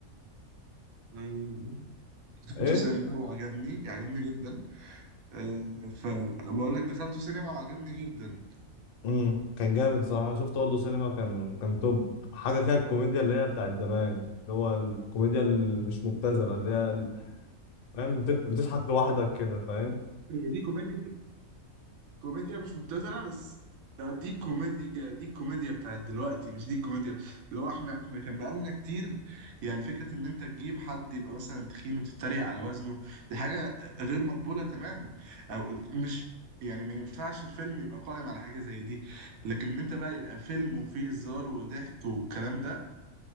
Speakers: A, on the right (about 80°); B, on the left (about 70°).
A: مكان دخلته
B: ايه
A: سينما وعجبني عجبني جدا آه، فبقول لك دخلته سينما وعجبني جدا
B: امم كان جامد صراحه انا شفته برضه سينما كان كان توب حاجه كده الكوميديا اللي هي بتاعت زمان اللي هو الكوميديا اللي مش مبتذله اللي هي ال- فاهم بت- بتضحك لوحدك كده فاهم
A: دي كوميديا كوميديا مش مبتذله بس لا دي كوميديا دي الكوميديا بتاعت دلوقتي مش دي الكوميديا اللي هو احنا احنا كان بقالنا كتير يعني فكره ان انت تجيب حد يبقى مثلا تخين وتتريق على وزنه دي حاجه غير مقبوله تماما او مش يعني ما ينفعش الفيلم يبقى قائم على حاجه زي دي لكن ان انت بقى يبقى فيلم وفيه هزار وضحك والكلام ده